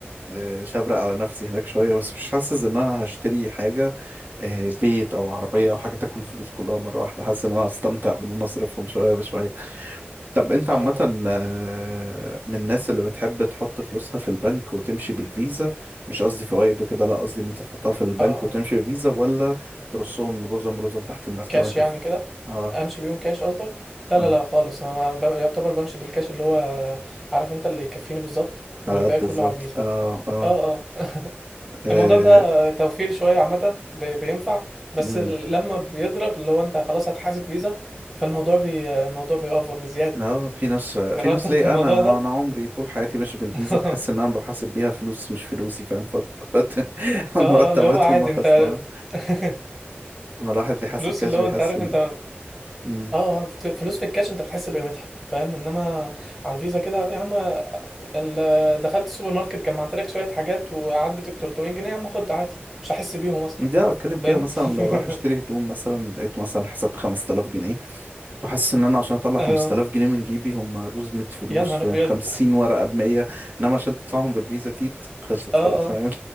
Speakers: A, on the right; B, in the centre.
A: إيه، شبرق على نفسي هناك شويه بس مش حاسس ان انا هشتري حاجه إيه، بيت او عربيه او حاجه تاكل الفلوس كلها مره واحده حاسس ان انا هستمتع بان انا اصرفهم شويه بشويه طب انت عامة
B: اه
A: آه، من الناس اللي بتحب تحط فلوسها في البنك وتمشي بالفيزا مش قصدي فوائد وكده لا قصدي ان انت تحطها في البنك
B: اه اه
A: وتمشي بالفيزا ولا ترصهم رزم رزم تحت المرتبة
B: كاش
A: كده
B: يعني كده
A: اه
B: امشي بيهم كاش قصدك لا
A: اه
B: لا لا خالص انا ما... ب... يعتبر بمشي بالكاش اللي هو عارف انت اللي يكفيني بالظبط والباقي
A: على قد بالظبط
B: كله على الفيزا
A: اه اه
B: اه اه
A: اه
B: الموضوع ده توفير شوية عامة ب- بينفع بس
A: مم.
B: ال- لما بيضرب اللي هو انت خلاص هتحاسب فيزا فالموزوع بي الموضوع بيأفور بزيادة
A: اه في ناس في
B: جربت
A: ناس
B: انت
A: ليه
B: الموضوع
A: انا
B: ده؟
A: انا عمري طول حياتي ماشي بالفيزا
B: <laughs>
A: بحس ان انا بحاسب بيها فلوس مش فلوسي فاهم خد خد <laughs>
B: اه
A: المرتبات
B: اه اللي هو عادي
A: هم خصمها
B: انت <laughs>
A: اما الواحد بيحاسب
B: فلوس
A: كاش
B: اللي
A: بيحس
B: هو انت عارف
A: ال...
B: انت اه
A: مم.
B: آه، فت- فلوس في الكاش انت بتحس بقيمتها فاهم انما على الفيزا كده يا عم ال- دخلت السوبر ماركت جمعت لك شوية حاجات وعدت ب 300 جنيه يا عم خد عادي مش هحس بيهم اصلا
A: دي أنا بتكلم فيها
B: فاهم؟
A: مثلا
B: <laughs>
A: لو رايح اشتري هدوم مثلا لقيت مثلا حساب ب 5000 جنيه فحاسس ان انا عشان اطلع
B: اه
A: 5000 جنيه من جيبي هم رزمة فلوس
B: يا نهار
A: فاهم
B: ابيض
A: 50 ورقة ب 100 انما عشان تدفعهم بالفيزا تيت
B: <laughs>
A: خلصت
B: اه
A: خلاص فاهم